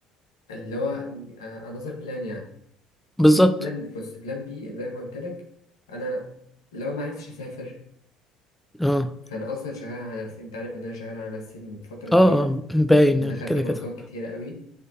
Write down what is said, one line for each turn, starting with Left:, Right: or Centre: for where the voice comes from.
Left: اللي هو أنظر بلان يعني
Centre: بالظبط
Left: بلان بص بلان بي زي ما قلت لك أنا لو ما عرفتش أسافر
Centre: اه
Left: فأنا أصلا شغال على نفسي أنت عارف إن أنا شغال على نفسي من فترة كبيرة
Centre: اه اه باين
Left: إن
Centre: يعني
Left: أنا خدت
Centre: كده
Left: كورسات
Centre: كده
Left: كتيرة قوي